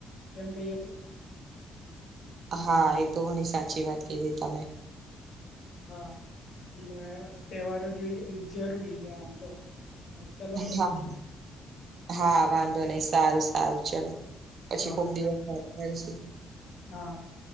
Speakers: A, on the left; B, on the right.
A: એમ કઈ
B: હા એ તો ઘણી સાચી વાત કીધી તમે
A: હા એટલે તહેવારો જોઈ જરૂરી છે આમ તો ચલો તો
B: હા
A: પછી
B: હા વાંધો નહી સારું સારું ચલો. અછી
A: હા
B: ખોકડી
A: ચલો
B: વ સાર થસી
A: હા